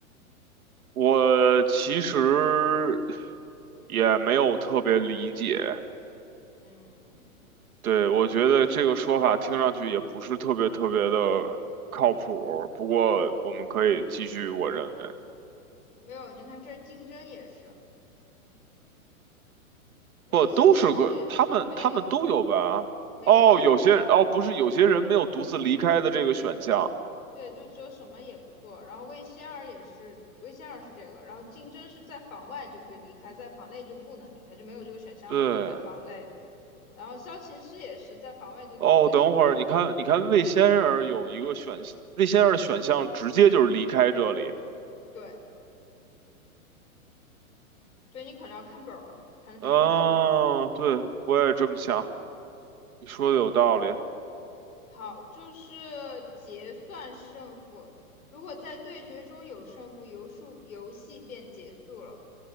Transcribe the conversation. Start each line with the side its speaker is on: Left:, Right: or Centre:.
Right: 我其实也没有特别理解，
Left: 嗯，
Right: 对，我觉得这个说法听上去也不是特别特别的靠谱，不过我们可以继续，我认为。
Left: 没有，你看这竞争也是，然后萧琴师也是，
Right: 不都是个他们他们都有吧？
Left: 没有，没有，
Right: 哦，有些哦不是有些人没有独自离开的这个选项。
Left: 没有，对，就只有什么也不做。然后魏仙儿也是，魏仙儿是这个。然后竞争是在房外就可以离开，在房内就不能离开，就没有这个选项了嘛，
Right: 对，
Left: 在房内。然后萧琴师也是在房外就独自离开，
Right: 哦，等会儿你看你看魏先生有一个选魏先生的选项直接就是离开这里。
Left: 对，所以你可能要看本儿才能看得懂。
Right: 嗯、对，我也这么想，你说的有道理。
Left: 好，就是结算胜负。如果在对决中有胜负，游数游戏便结束了。